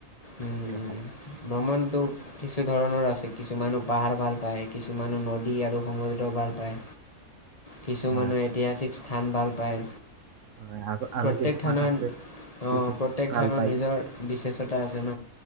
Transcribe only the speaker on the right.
সেইটো ভাল
হয়,
হয়, আৰু আৰু
কিছুমান
আছে চি
চি
চি ভাল
পায়,